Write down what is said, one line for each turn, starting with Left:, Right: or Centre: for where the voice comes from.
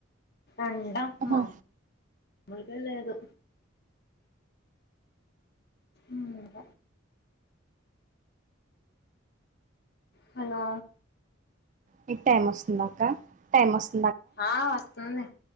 Left: ఎండా
Right: ఆహా
Left: మామూలుగా లేదు ఉంక హలో
Right: నీక్ టైమ్ ఒస్తుందక్కా టైమ్ వస్తు.
Left: ఆహ్ ఒస్తుంది